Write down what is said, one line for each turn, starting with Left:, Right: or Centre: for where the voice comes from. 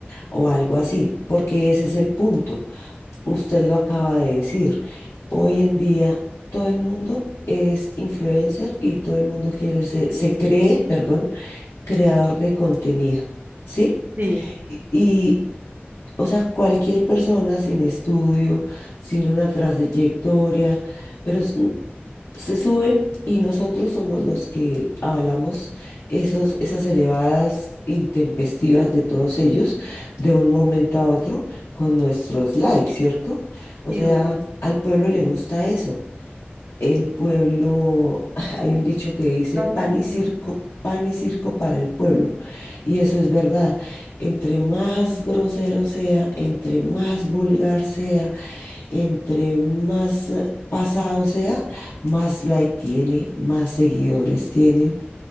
Left: o algo así, porque ese es el punto. Usted lo acaba de decir. Hoy en día todo el mundo es influencer y todo el mundo quiere se, se cree, perdón, creador de contenido, ¿sí?
Right: Sí,
Left: Y, y, o sea, cualquier persona sin estudio, sin una trayectoria, pero s- se suben y nosotros somos los que avalamos esos, esas elevadas intempestivas de todos ellos de un momento a otro con nuestros likes, ¿cierto? O
Right: sí,
Left: sea,
Right: obvio.
Left: al pueblo le gusta eso. El pueblo, <laughs> hay un dicho que dice
Right: O
Left: pan
Right: sea,
Left: y circo.
Right: no.
Left: pan y circo para el pueblo. Y eso es verdad. Entre más grosero sea, entre más vulgar sea, entre más eh, pasado sea, más like tiene, más seguidores tienen.